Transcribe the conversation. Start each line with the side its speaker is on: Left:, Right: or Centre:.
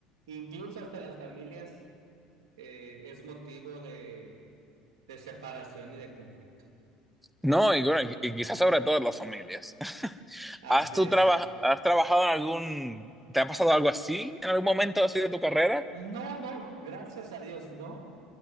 Right: incluso hasta las familias eh, es motivo de, de separación y de conflicto.
Centre: No, y, bueno, y- y quizás sobre todo en las familias.
Right: Así
Centre: ¿Has tú
Right: es.
Centre: traba- has trabajado en algún, te ha pasado algo así en algún momento así de tu carrera?
Right: No, no, gracias a Dios, no.